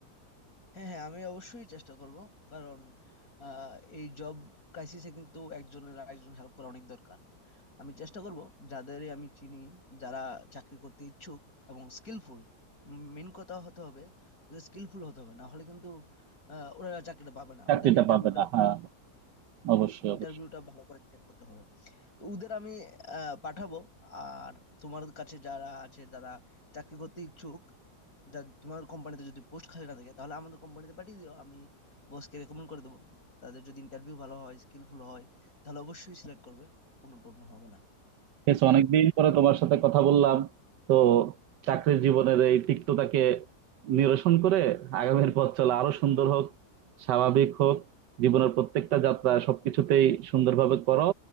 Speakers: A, on the left; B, on the right.
A: হ্যাঁ হ্যাঁ আমি অবশ্যই চেষ্টা করব কারণ আহ, এই জব ক্রাইসিসে কিন্তু একজনের আরেকজন হেল্প করা অনেক দরকার আমি চেষ্টা করব যাদেরই আমি চিনি যারা চাকরি করতে ইচ্ছুক এবং স্কিলফুল মেন কথা হতে হবে ওদের স্কিলফুল হতে হবে না হলে কিন্তু আহ, ওরা চাকরিটা পাবে না
B: চাকরিটা
A: ওদের ইন্টারভিউটা
B: পাবে না হ্যাঁ অবশ্যই
A: ইন্টারভিউটা ভালো করে চেক করতে হবে তো ওদের আমি আহ পাঠাবো আর তোমার কাছে যারা আছে যারা চাকরি করতে ইচ্ছুক যা তোমার কোম্পানিতে যদি পোস্ট খালি না থাকে তাহলে আমাদের কোম্পানিতে পাঠিয়ে দিও আমি বসকে রেকমেন্ড করে দেবো তাদের যদি ইন্টারভিউ ভালো হয় স্কিলফুল হয় তাহলে অবশ্যই সিলেক্ট করবে কোনো প্রবলেম হবে না
B: বেশ অনেকদিন পরে তোমার সাথে কথা বললাম তো চাকরির জীবনের এই তিক্ততাকে নিরসন করে আগামীর পথ চলা আরো সুন্দর হোক স্বাভাবিক হোক জীবনের প্রত্যেকটা যাত্রা সবকিছুতেই সুন্দরভাবে করো